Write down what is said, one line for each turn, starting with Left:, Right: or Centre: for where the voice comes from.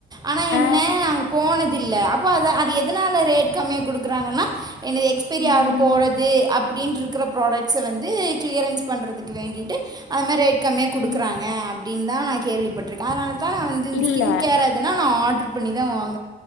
Right: ஆனா என்ன
Left: ஆ
Right: நாங்க போனது இல்ல அப்போ அத அது எதனால ரேட் கம்மியா குடுக்குறாங்கன்னா என்னது எக்ஸ்பீரி
Left: ம்
Right: ஆக போகிறது அப் அப்படின்னு இருக்கிற ப்ராடக்ட்ஸ வந்து கிளியரன்ஸ் பண்றதுக்கு வேண்டிட்டு அது மாதிரி ரே கம்மியா கொடுக்குறாங்க
Left: ம்
Right: இதான் நான் கேள்விப்பட்டிருக்கேன் அதனால் நான் வந்து இந்த
Left: இல்ல
Right: ஸ்கின் கேர் அதுனா நான் ஆர்டர் புஸ் பண்ணி தான் வாங்க